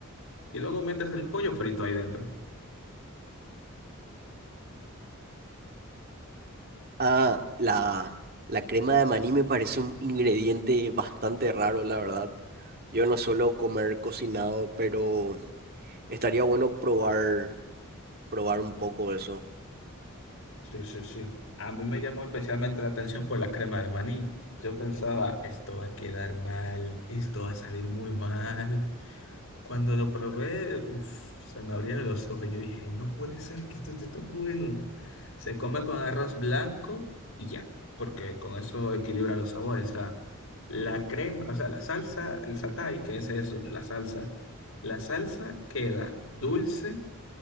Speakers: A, on the left; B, on the right.
A: Y luego metes el pollo frito ahí dentro.
B: Ah, la, la crema de maní me parece un ingrediente bastante raro, la verdad. Yo no suelo comer cocinado, pero estaría bueno probar, probar un poco eso.
A: Sí, sí, sí. A mí me llamó especialmente la atención por la crema de maní. Yo pensaba, esto va a quedar mal, esto va a salir muy mal. Cuando lo probé, uf, se me abrieron los ojos. Yo dije, no puede ser que esto esté tan bueno. Se come con arroz blanco y ya, porque con eso equilibra los sabores. O sea, la crema, o sea, la salsa, el satay, que es eso, la salsa. La salsa queda dulce